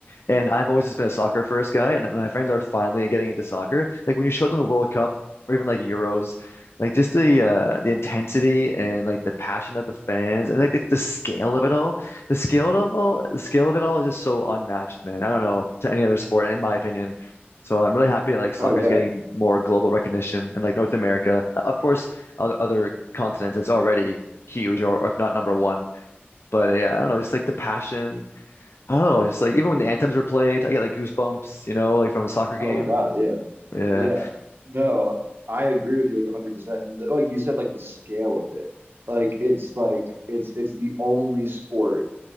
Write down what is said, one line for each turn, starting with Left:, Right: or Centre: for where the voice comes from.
Left: And I've always just been a soccer first guy, and my friends are finally getting into soccer. Like when you show them the World Cup or even like Euros, like just the uh the intensity and like the passion of the fans and like the, the scale of it all. The scale of all the scale of it all is just so unmatched, man. I don't know to any other sport, in my opinion. So I'm really happy that like soccer
Right: Oh yeah.
Left: is getting more global recognition and like North America. Of course, other, other continents, it's already huge or, or if not number one. But yeah, I don't know, it's like the passion. I don't know. It's like even when the anthems were played, I get like goosebumps, you know, like from a soccer game.
Right: Oh God, yeah.
Left: Yeah.
Right: Yeah, no, I agree with you like 100%. And like you said, like the scale of it, like it's like it's it's the only sport